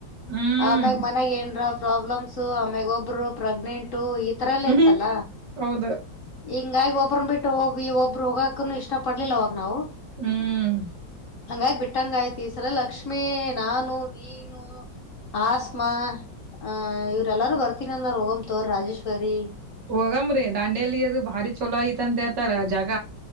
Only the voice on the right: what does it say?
ಹ್ಮ್
ಹ್ಮ್
ಹ್ಮ್ ಹೌದು
ಹ್ಮ್
ಹೋಗಮ್ರಿ ದಾಂಡೇಲಿ ಅದು ಭಾರಿ ಚಲೋ ಐತಂತ್ ಹೇಳ್ತಾರ ಜಾಗ